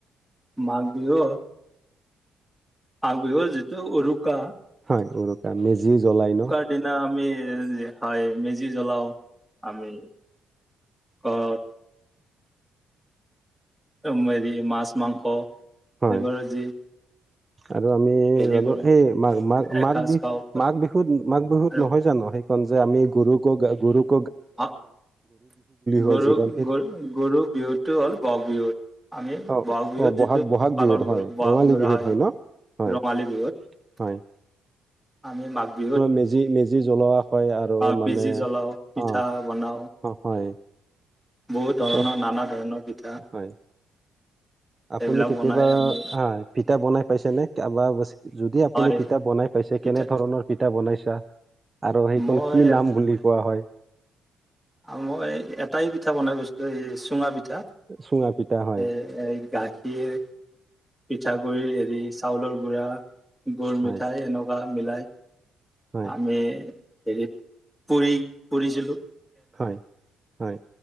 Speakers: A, in the centre; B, on the right.
A: মাঘ বিহুত মাঘ বিহুত যিটো উৰুকা
B: হয় উৰুকা মেজি জ্বলাই ন?
A: সেইদিনা আমি যে হয় মেজি জ্বলাও আমি। <unintelligible> ত'মেৰী মাছ, মাংস সেইবোৰো
B: হয়
A: যি
B: আৰু আমি
A: হেৰি
B: জানো
A: কৰো
B: হেই মা-মাক
A: এসাঁজ
B: মাঘ বি
A: খাওঁ
B: মাঘ বিহুত -মাঘ বিহুত
A: আৰু
B: নহয় জানো সেইখন যে আমি গৰুক গা গৰুক
A: <unintelligible>
B: হয়
A: গৰু-গৰু-গৰু
B: যিখন
A: বিহুটো হ'ল ব'হাগ বিহুত। আমি
B: অ
A: ব'হাগ বিহুত
B: অ
A: যিতো
B: বহাগ
A: পালন
B: বিহুত হয়
A: কৰো ব'হাগ
B: ৰঙালী
A: বিহু <unintelligible>
B: বিহুত হয় ন হয়
A: ৰঙালী বিহুত
B: হয়
A: আমি মাঘ বিহুত
B: মেজি-মেজি জ্বলোৱা হয় আৰু
A: আহ
B: মানে
A: মেজি জ্বলাও পিঠা
B: অ',
A: বনাও
B: অ', হয়।
A: বহুত ধৰণৰ
B: ত
A: নানা ধৰণৰ পিঠা
B: হয়
A: সেইবিলাক
B: আপুনি কেতিয়াবা
A: বনাই আমি
B: <unintelligible> পিঠা বনাই পাইছে নে <unintelligible> যদি আপুনি
A: হয়
B: পিঠা বনাই পাইছে
A: পিঠা
B: কেনে ধৰণৰ পিঠা বনাইছা? আৰু সেইখন
A: মই
B: কি নাম বুলি কোৱা হয়?
A: আৰু মই এটাই পিঠা বনাই পাইছিলোঁ এই চুঙা পিঠা।
B: চুঙা পিঠা হয়
A: এ গাখীৰ পিঠাগুড়িৰ হেৰি চাউলৰ গুড়া গুৰ
B: হয়
A: মিঠাই এনেকুৱা মিলাই
B: হয়
A: আমি হেৰিত পৰি-পৰিছিলোঁ।
B: হয়-হয়।